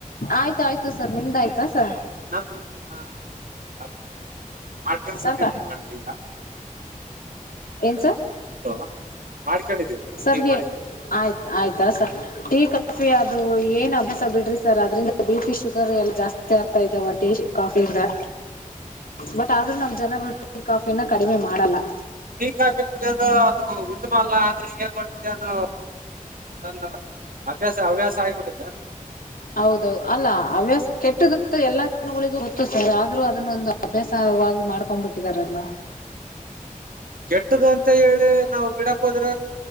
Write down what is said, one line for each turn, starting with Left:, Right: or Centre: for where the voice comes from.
Left: ಆಯ್ತ ಆಯ್ತು ಸರ್ ನಿಮ್ದ ಆಯ್ತಾ ಸರ್
Right: <unintelligible>
Left: ಸರ್ ಏನ ಸರ್
Right: ಹಲೋ ಮಾಡ್ಕೊಂಡಿದೀವಿ ಮೇಡಮ್
Left: ಸರ್
Right: ಟೀ
Left: ಹೇ
Right: ಮಾಡಿದೀವಿ
Left: ಆಯ್ತು ಆಯ್ತು ಸರ್ ಟೀ ಕಾಫಿ ಅದು ಏನ್ ಅಭ್ಯಾಸ ಬಿಡ್ರಿ ಸರ್ ಅದ್ರಿಂದ ಬಿ ಪಿ ಶುಗರ್ ಎಲ್ಲ ಜಾಸ್ತಿ ಆಗ್ತಾ ಇದಾವ ಟೀ ಕಾಫಿ ಇಂದಾ ಬಟ್ ಆದ್ರೂ ನಮ್ ಜನಗಳು ಟೀ ಕಾಫಿನ ಕಡಿಮೆ ಮಾಡಲ್ಲಾ.
Right: ಟೀ ಕಾಫಿ ಕುಡಿಯೋದು ಉತ್ತಮ ಅಲ್ಲಾ ಆದ್ರೆ ಏನ್ ಮಾಡ್ತೀವಿ ಅದು <unintelligible> ಅಭ್ಯಾಸ ಹವ್ಯಾಸ ಆಗಿ ಬಿಟ್ಟಿತ್ತೆ
Left: ಹೌದೌದು ಅಲ್ಲಾ ಹವ್ಯಾಸ ಕೆಟ್ಟದಂತ ಎಲ್ಲಾ ಜಗಳಿಗೆ ಗೋತ್ತು ಸರ್ ಆದ್ರೂ ಅದನ್ನೊಂದು ಅಭ್ಯಾಸವಾಗಿ ಮಾಡ್ಕೊಂಡ್ಬಿಟ್ಟಿದಾರೇಲ್ಲಾ
Right: ಕೆಟ್ಟದ ಅಂತ ಹೇಳಿ ನಾವು ಬಿಡಕ್ ಹೋದ್ರ